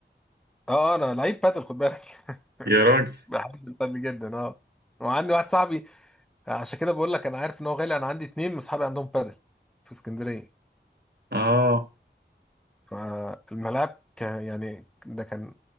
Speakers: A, in the centre; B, on the right.
A: اه آه، انا لعيب بادل خد بالك <laughs>
B: يا راجل
A: بحب البادل جدا اه وعندي واحد صاحبي عشان كده بقول لك انا عارف ان هو غالي انا عندي اتنين من اصحابي عندهم بادل في اسكندريه
B: اه
A: فالملاعب كان يعني ده كان